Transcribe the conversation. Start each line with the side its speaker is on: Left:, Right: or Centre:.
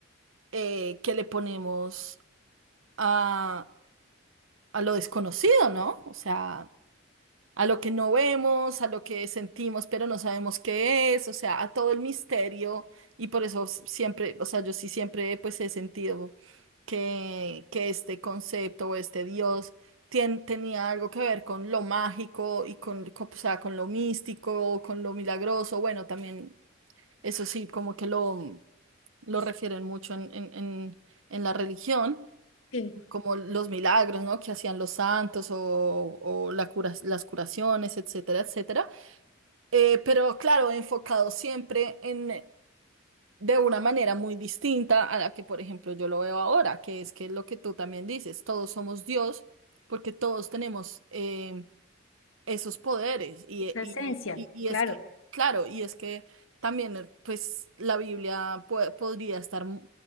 Right: eh, que le ponemos a, a lo desconocido, ¿no? O sea a lo que no vemos, a lo que sentimos, pero no sabemos qué es, o sea, a todo el misterio y por eso s- siempre, o sea, yo sí siempre pues he sentido que, que este concepto o este Dios tien- tenía algo que ver con lo mágico y con, co- o sea, con lo místico, con lo milagroso, bueno, también eso sí, como que lo, lo refieren mucho en, en, en en la religión
Left: sí,
Right: como los milagros, ¿no? que hacían los santos o, o la cura- las curaciones, etcétera, etcétera. Eh, pero claro, enfocado siempre en de una manera muy distinta a la que, por ejemplo, yo lo veo ahora, que es que lo que tú también dices, todos somos Dios porque todos tenemos eh, esos poderes y,
Left: esa
Right: y,
Left: esencia,
Right: y, y
Left: claro,
Right: es que, claro, y es que también, eh, pues, la Biblia pue- podría estar mm,